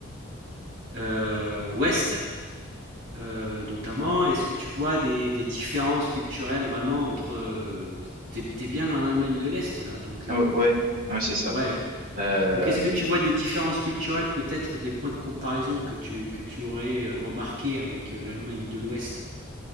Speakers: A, on the right; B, on the right.
A: euh, Ouest, euh, notamment? Est-ce que tu vois des, des différences culturelles vraiment entre, euh, t'es, t'es bien dans l'Allemagne de l'Est là, donc
B: Ah
A: euh,
B: ouais, ouais, ouais, c'est ça.
A: ouais. hein.
B: Euh,
A: Donc est-ce que tu vois des différences culturelles, peut-être des points de comparaison que tu que tu aurais euh, remarqué avec euh, l'Allemagne de l'Ouest?